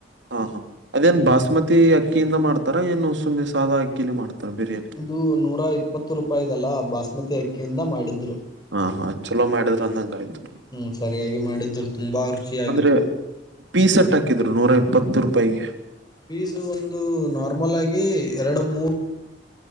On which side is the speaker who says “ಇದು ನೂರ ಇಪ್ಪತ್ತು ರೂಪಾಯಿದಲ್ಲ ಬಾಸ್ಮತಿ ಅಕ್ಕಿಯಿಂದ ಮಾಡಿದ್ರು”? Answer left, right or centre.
Left